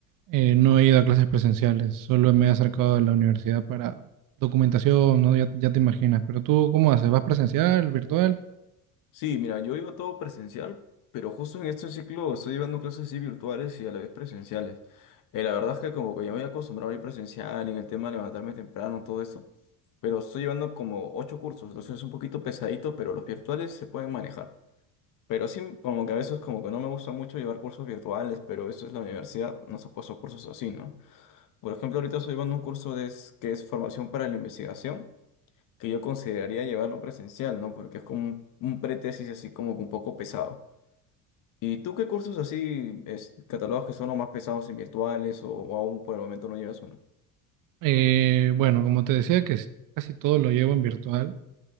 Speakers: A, on the right; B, on the left.
A: eh, no he ido a clases presenciales, solo me he acercado a la universidad para documentación, ¿no? Ya, ya te imaginas. Pero tú, ¿cómo haces? ¿Vas presencial, virtual?
B: Sí, mira, yo iba todo presencial, pero justo en este ciclo estoy llevando clases así virtuales y a la vez presenciales. Eh, la verdad es que como que ya me había acostumbrado a ir presencial y en el tema de levantarme temprano, todo eso. Pero estoy llevando como ocho cursos, entonces es un poquito pesadito, pero los virtuales se pueden manejar. Pero sí, como que a veces como que no me gusta mucho llevar cursos virtuales, pero eso es la universidad, nos ha puesto cursos así, ¿no? Por ejemplo, ahorita estoy llevando un curso de, es- que es formación para la investigación, que yo consideraría llevarlo presencial, ¿no? Porque es como un, un pretesis así como que un poco pesado. ¿Y tú qué cursos así es, catalogas que son los más pesados en virtuales o, o aún por el momento no llevas uno?
A: Eh, bueno, como te decía, que s- casi todo lo llevo en virtual.